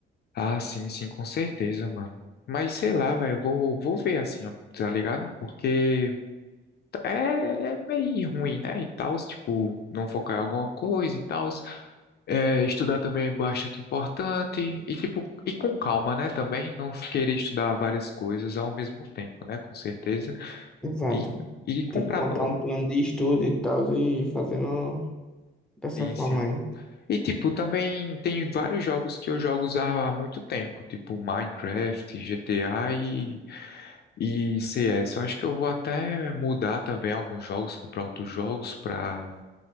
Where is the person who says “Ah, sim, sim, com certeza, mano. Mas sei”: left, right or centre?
Left